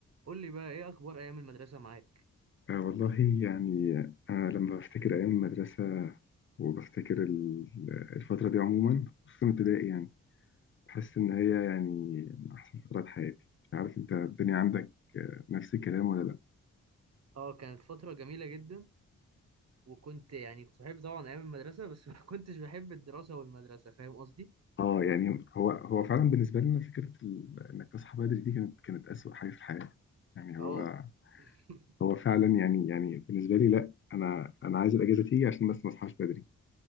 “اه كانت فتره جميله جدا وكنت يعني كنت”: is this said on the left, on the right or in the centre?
Right